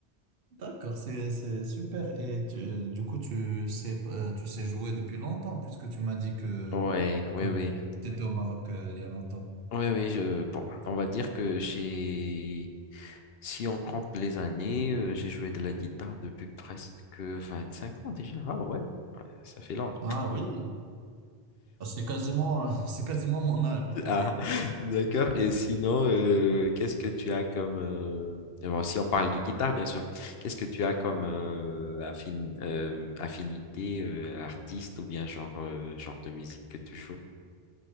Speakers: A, on the right; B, on the left.
A: D'accord, c'est, c'est super. Et tu- euh, du coup, tu sais, euh, tu sais jouer depuis longtemps puisque tu m'as dit que,
B: Ouais, oui,
A: que
B: oui.
A: tu étais au Maroc euh, il y a longtemps.
B: Oui, oui, je, bon, on va dire que j'ai, si on compte les années, euh, j'ai joué de la guitare depuis presque 25 ans déjà. Ah ouais, ouais, ça fait long.
A: Ah oui, Ah, c'est quasiment, <laughs> c'est quasiment mon âge.
B: <laughs> Ah, d'accord. Et sinon, euh, qu'est-ce que tu as comme, euh, bon, si on parle de guitare, bien sûr, qu'est-ce que tu as comme euh, affin- euh, affinité euh, artiste ou bien genre, euh, genre de musique que tu joues?